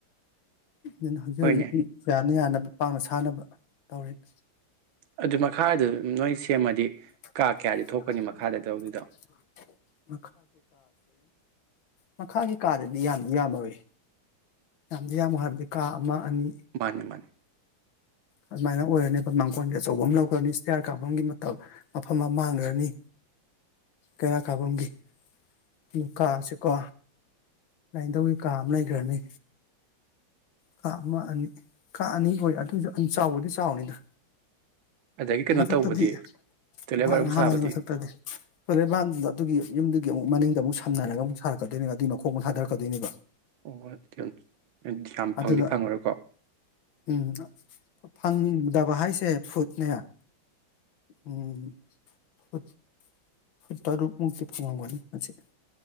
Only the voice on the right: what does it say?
ꯍꯣꯏꯅꯦ
ꯑꯗꯨ ꯃꯈꯥꯗꯨ ꯅꯣꯏ ꯁꯦꯝꯃꯗꯤ
ꯀꯥ ꯀꯌꯥꯗꯤ ꯊꯣꯛꯀꯅꯤ ꯃꯈꯥꯗ ꯇꯧꯗꯣꯏꯗꯣ
ꯃꯥꯅꯤ ꯃꯥꯅꯤ
ꯑꯗꯒꯤ ꯀꯩꯅꯣ
ꯇꯧꯕꯗꯤ ꯇꯣꯏꯂꯦꯠ
ꯕꯥꯠꯔꯨꯝ
ꯁꯥꯕꯗꯤ
ꯑꯣ ꯌꯥꯝ
ꯐꯪꯗꯤ ꯐꯪꯉꯔꯣꯏꯀꯣ